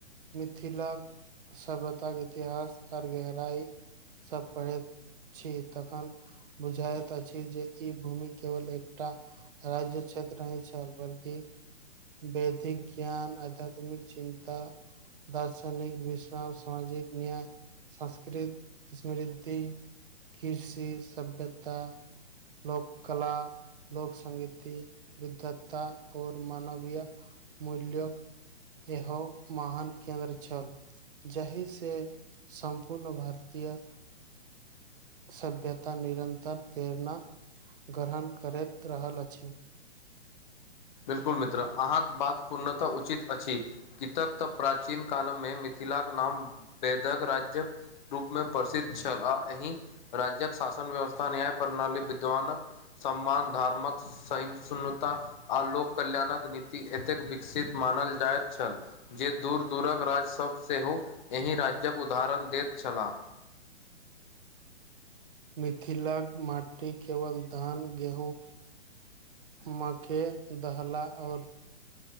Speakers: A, on the right; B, on the left.
A: मिथिला सभ्यता इतिहास आर गहराई सब पढ़ैत छी तखन बुझाइत अछि जे ई भूमि केवल एकटा राज्य क्षेत्र रहै छल बल्कि वैदिक ज्ञान आध्यत्मिक चिन्ता दार्शनिक विश्राम सामाजिक न्याय संस्कृत समृद्धि कृषि सभ्यता लोक कला लोक संगीति विधता और मानवीय मूल्य एहो महान केन्द्र छल जाहि से सम्पूर्ण भारतीय सभ्यता निरन्तर प्रेरणा ग्रहण करैत रहल अछि
B: बिल्कुल मित्र आहाँक बात पूर्णतः उचित अछि कितक तऽ प्राचीन कालमे मिथिलाक नाम वैदक राज्य रूपमे प्रसिद्ध छल आ एहि राज्यक शासन व्यवस्था न्याय प्रणाली विद्वानक सम्मान धार्मक सैनणता आ लोक कल्याणक नीति एतेक विकसित मानल जाइत छल जे दूर दूरक राज्यसब सेहो एहि राज्यक उदाहरण देत छलाह
A: मिथिलाक माटी केवल धान गेहूँ मक्के दहला और